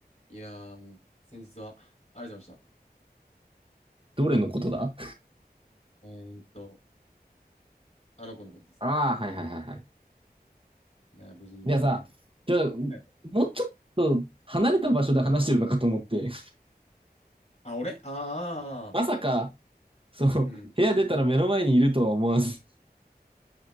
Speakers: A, on the left; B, on the right.
A: いやー、先日はありがとうございました。
B: どれのことだ
A: えーっと、あの子のことですね。
B: ああ、はいはいはいはい。
A: いやー、無事に無事に。
B: いやさ、じゃあ、も
A: はい。
B: うちょっと離れた場所で話してるのかと思って、
A: あ、俺あーあー、
B: <laughs> まさか、
A: あ
B: その、
A: ーうん。
B: 部屋出たら目の前にいるとは思わず、